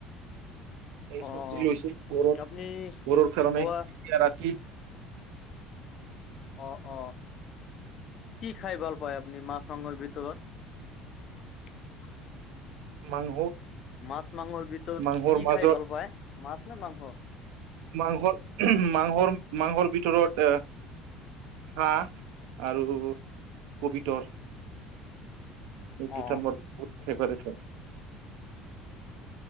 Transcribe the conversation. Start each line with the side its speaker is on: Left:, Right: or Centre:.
Right: এই
Left: অ'।
Right: চব্জি লৈছে ঘৰত
Left: আপুনি
Right: ঘৰৰ কাৰণে
Left: খোৱা
Right: এতিয়া ৰাতি
Left: অ', অ' কি খাই ভাল পায় আপুনি মাছ মাংসৰ ভিতৰত? <unintelligible>
Right: মাংস।
Left: মাছ মাংসৰ ভিতৰত
Right: মাংসৰ
Left: কি
Right: মাজত
Left: খাই ভাল পায় মাছ নে মাংস?
Right: মাংস মাংসৰ মাংসৰ ভিতৰত এ হাঁ আৰু কবিতৰ। এই
Left: অ
Right: দুটা মোৰ বহুত ফেভাৰট হয়।